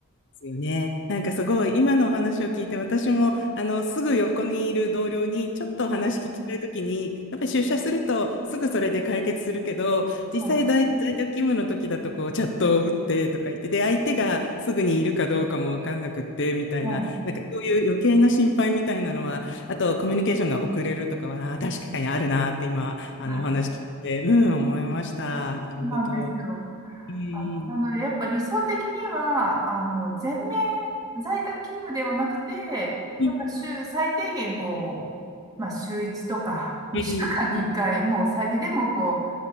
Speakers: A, on the left (about 55°); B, on the right (about 15°).
A: ですよね。なんかすごい今のお話を聞いて私もあのすぐ横にいる同僚にちょっと話聞きたいときにやっぱり出社するとすぐそれで解決するけど実際在、
B: はい、はい、
A: 在宅勤務の時だとこうチャットを打ってとか言ってで相手がすぐにいるかどうかもわかんなくってみたいななんかそういう余計な心配みたいなのはあとコミュニケーションが遅れるとかはあー確かにあるなって今あのお話聞いてうん思いました。
B: はい。はい
A: なるほど。
B: そうなんですよ。
A: えー、
B: あの、なので、やっぱ理想的には、あの、全面在宅勤務ではなくて、
A: うん
B: やっぱ週、最低限こう、まあ、週1とか、2週間に1回、
A: う
B: もう最低でもこう、